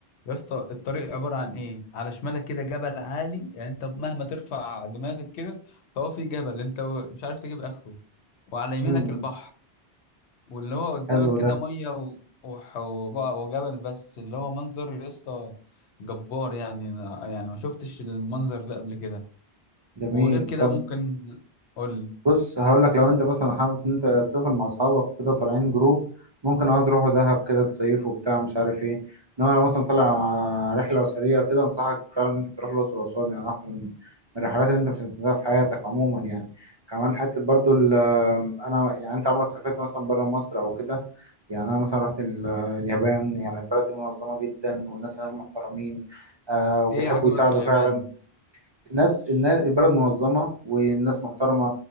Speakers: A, on the left; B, on the right.
A: يا اسطى الطريق عباره عن ايه على شمالك كده جبل عالي يعني انت مهما ترفع دماغك كده فهو في جبل انت مش عارف تجيب اخره وعلى يمينك
B: مم.
A: البحر واللي هو قدامك
B: حلو
A: كده
B: ده
A: ميه و- وح- وبقى وجبل بس اللي هو منظر يا اسطى جبار يعني أنا يعني ما شفتش المنظر ده قبل كده
B: جميل
A: وغير كده
B: طب
A: ممكن قول لي
B: بص هقول لك لو انت مثلا حابب ان انت تسافر مع اصحابك كده طالعين جروب ممكن اه تروحوا دهب كده تصيفوا وبتاع مش عارف ايه انما لو مثلا طالع رحله اسريه كده انصحك فعلا ان انت تروح الاقصر واسوان يعني واحده من من الرحلات اللي انت مش هتنساها في حياتك عموما يعني كمان حته برضو ال- انا يعني انت عمرك سافرت مثلا بره مصر او كده يعني انا مثلا رحت ال- اليابان يعني البلد دي منظمه جدا والناس هناك محترمين آه وبيحبوا
A: ايه عجبك
B: يساعدوا
A: في اليابان
B: فعلا الناس الناس البلد منظمة والناس محترمة